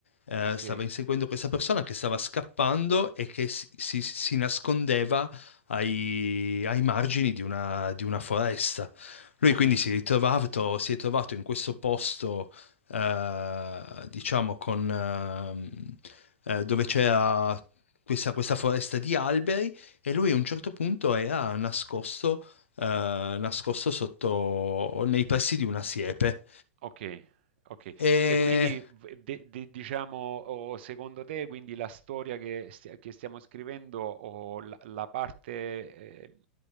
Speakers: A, on the left (about 80°); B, on the right (about 60°).
A: eh,
B: ok,
A: stava inseguendo questa persona che stava scappando e che si, si- si nascondeva ai, ai margini di una, di una foresta. Lui
B: ok.
A: quindi si è ritrovato, si è trovato in questo posto, eh, diciamo, con, ehm, eh, dove c'era questa, questa foresta di alberi e lui a un certo punto era nascosto, eh, nascosto sotto, nei pressi di una siepe.
B: Okay, okay.
A: E
B: E quindi v de de diciamo, o secondo te quindi la storia che stia che stiamo scrivendo o la la parte, ehm,